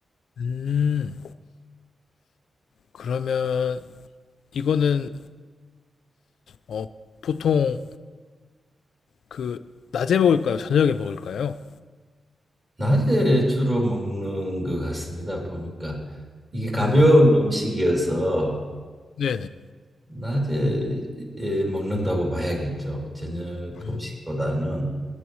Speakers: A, on the left; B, on the right.
A: 음, 그러면 이거는 어, 보통 그 낮에 먹을까요? 저녁에 먹을까요?
B: 낮에 주로 먹는 것 같습니다. 보니까 이게 가벼운
A: 음,
B: 음식이어서
A: 네네.
B: 낮에 예, 먹는다고 봐야겠죠. 저녁
A: 음,
B: 음식보다는